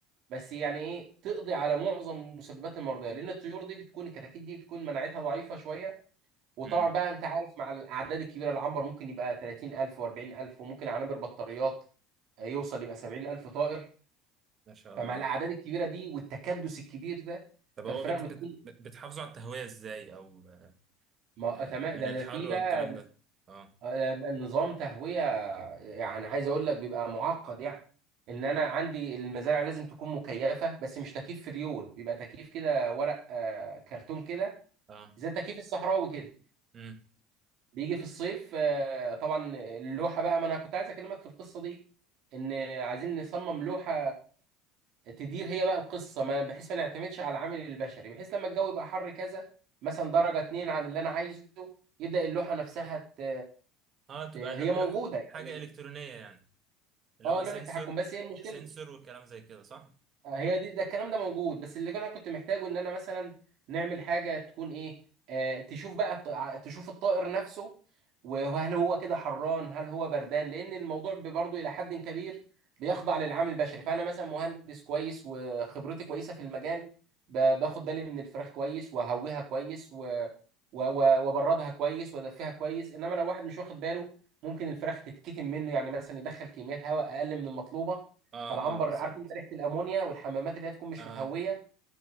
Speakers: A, on the right; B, on the right.
A: بس يعني ايه تقضي على معظم مسببات المرضيه لان الطيور دي بتكون الكتاكيت دي بتكون مناعتها ضعيفه شويه وطبعا
B: امم
A: بقى انت عارف مع الاعداد الكبيره العنبر ممكن يبقى 30000 و40000 وممكن عنبر بطاريات آه، يوصل يبقى 70000 طائر
B: ما شاء
A: فمع
B: الله
A: الاعداد الكبيره دي والتكدس الكبير ده
B: طب
A: فالفراخ
B: هو بت...
A: بتكون
B: بت... بتحافظوا على التهوية ازاي او آه،
A: ما
B: آه،
A: آه، تمام
B: من
A: ده
B: الحر
A: ده في
B: والكلام
A: بقى
B: ده اه
A: آه، بقى نظام تهويه يعني عايز اقول لك بيبقى معقد يعني ان انا عندي المزارع لازم تكون مكيفه بس مش تكييف فريون بيبقى تكييف كده ورق آه، كرتون كده
B: اه
A: زي التكييف الصحراوي كده
B: امم
A: بيجي في الصيف آه، طبعا اللوحه بقى ما انا كنت عايز اكلمك في القصه دي ان عايزين نصمم لوحه تدير هي بقى القصه ما بحيث ما نعتمدش على العامل البشري بحيث لما الجو يبقى حر كذا مثلا درجه اتنين عن اللي انا عايزه يبدا اللوحه نفسها ت...
B: اه تبقى
A: ت... هي
B: لو...
A: موجوده
B: لوح
A: يعني
B: حاجة إلكترونية يعني اللي
A: اه
B: هو سنسور
A: لوحه تحكم بس هي المشكله
B: سنسور والكلام زي كده صح
A: هي دي ده الكلام ده موجود بس اللي انا كنت محتاجه ان انا مثلا نعمل حاجه تكون ايه آه تشوف بقى الط- ع- تشوف الطائر نفسه وهل هو كده حران هل هو بردان لان الموضوع ب- برضه الى حد كبير بيخضع للعامل البشري فانا مثلا مهندس كويس وخبرتي كويسه في المجال ب- باخد بالي من الفراخ كويس وهويها كويس و... و... و- وبردها كويس وادفيها كويس انما لو واحد مش واخد باله ممكن الفراخ تتكتم منه يعني مثلا يدخل كميات هواء اقل من المطلوبه
B: اه
A: فالعنبر
B: اه بالظبط
A: عارف انت ريحه الامونيا والحمامات اللي هي تكون مش
B: اه
A: متهويه